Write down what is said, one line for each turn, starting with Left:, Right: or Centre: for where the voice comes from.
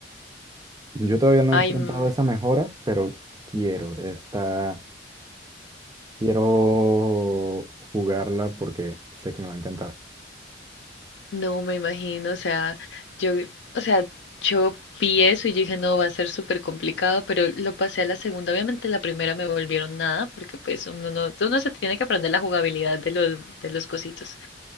Right: Yo todavía no
Left: Ay,
Right: he enfrentado
Left: mm,
Right: esa mejora, pero quiero. Está Quiero jugarla porque sé que me va a encantar.
Left: no me imagino. O sea, yo, o sea, yo vi eso y yo dije, no, va a ser súper complicado, pero lo pasé a la segunda. Obviamente la primera me volvieron nada, porque pues uno no, uno se tiene que aprender la jugabilidad de los, de los cositos.